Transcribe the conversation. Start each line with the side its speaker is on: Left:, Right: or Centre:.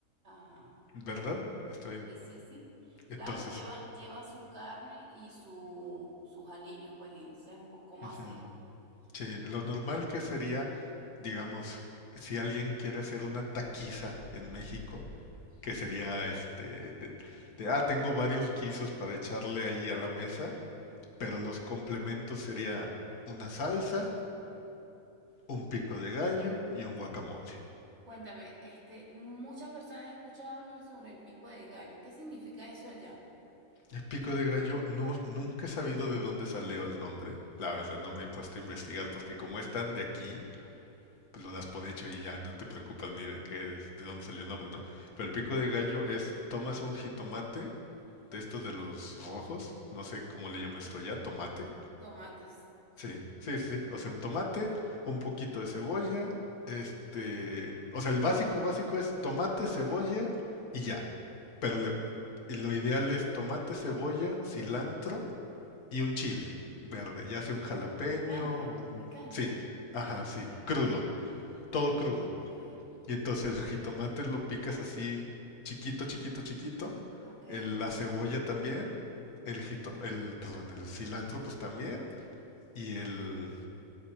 Right: Ajá.
Left: ¿verdad? Estoy...
Right: Sí, sí, sí.
Left: Entonces,
Right: Claro, lleva, lleva su carne y su, sus aliños, pues entonces es un poco más
Left: ujú,
Right: seco.
Left: sí, lo normal que sería, digamos, si alguien quiere hacer una taquiza en México, que sería este, de, de, ah, tengo varios guisos para echarle ahí a la mesa, pero los complementos sería una salsa, un pico de gallo y un guacamole.
Right: Cuéntame, este, muchas personas he escuchado hablar sobre el pico de gallo. ¿Qué significa eso allá?
Left: El pico de gallo, no, nunca he sabido de dónde salió el nombre. La verdad, no me he puesto a investigar porque como están de aquí, pues lo das por hecho y ya no te preocupas ni de qué es- de dónde salió el nombre, ¿no? Pero el pico de gallo es, tomas un jitomate de estos de los rojos, no sé cómo le llamas tú allá, tomate.
Right: Tomates.
Left: Sí, sí, sí, sí. o sea, un tomate, un poquito de cebolla, este, o sea, el básico básico es tomate, cebolla y ya. Pero le- lo ideal es tomate, cebolla, cilantro y un chile verde, ya sea un jalapeño,
Right: Picante,
Left: un...
Right: picante.
Left: Sí, ajá,
Right: Ok,
Left: sí, crudo, todo crudo.
Right: ok,
Left: Y entonces el jitomate lo picas así chiquito, chiquito, chiquito,
Right: ok.
Left: el- la cebolla también, el jitom- el, perdón, el cilantro pues también, y el...